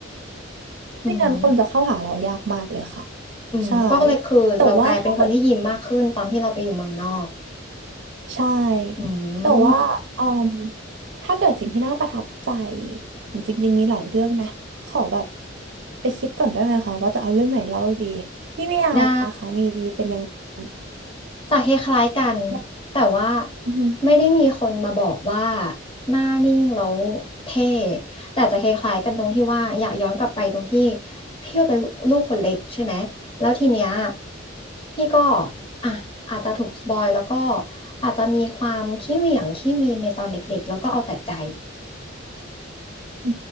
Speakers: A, on the left; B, on the right.
A: อืม
B: ไม่งั้นคนจะเข้าหาเรายากมากเลยค่ะ
A: อืมก็เลยคือเรากลายเป็นคนที่ยิ้มมากขึ้นตอนที่เราไปอยู่เมืองนอก
B: ใช่แต่ว่าถ้าเกิด ใช่
A: อื
B: แต่ว่าเอ่ืม
A: ม
B: ถ้าเกิดสิ่งที่น่าประทับใจจริงๆ มีหลายเรื่องนะขอแบบไปคิดก่อนได้ไหมคะว่าจะเอาเรื่องไหนเล่าดีพี่เมียาล่ะคะมีเป็นยังไงบ้าง
A: ได้ จะคล้ายๆกัน
B: แบบ
A: แต่ว่า
B: อือหือ
A: ไม่ได้มีคนมาบอกว่าหน้านิ่งแล้วเท่แต่จะคล้ายๆกันตรงที่ว่าอยากย้อนกลับไปตรงที่พี่ก็เป็นลูกคนเล็กใช่ไหมแล้วทีเนี้ยพี่ก็อ่ะอาจจะถูกสปอยแล้วก็อาจจะมีความขี้เหวี่ยงขี้วีนในตอนเด็กๆแล้วก็เอาแต่ใจ
B: อื